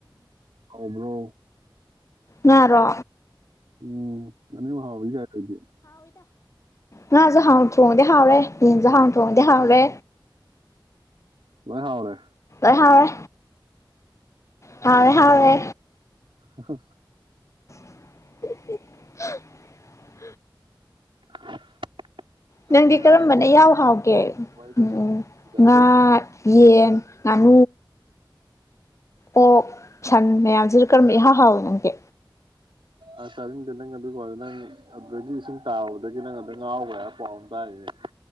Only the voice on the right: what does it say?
ꯍꯥꯎꯕ꯭ꯔꯣ
ꯎꯝ ꯅꯅꯤ ꯍꯥꯎꯒꯥꯏꯗꯤꯦ
ꯂ ꯍꯥꯎꯔꯦ
ꯍ
<inaudible>
ꯆꯥꯕ
ꯃꯁꯥ
ꯋꯥꯔꯤ ꯇꯧꯁꯜꯂꯛꯏꯗ
ꯑꯩꯈꯣꯏ
ꯑ ꯆꯥꯅꯤꯡꯗꯦ ꯅꯪ ꯑꯗꯨꯒꯤꯔꯒ ꯅꯪ ꯑꯗꯨꯗꯒꯤ ꯏꯁꯤꯡ ꯇꯥꯔꯨꯕꯗꯒꯤ ꯅꯪ ꯑ ꯉꯥꯎꯕ꯭ꯔꯦ ꯍꯥꯏꯕ ꯄꯥꯎ ꯑꯃ ꯇꯥꯔꯤꯅꯦ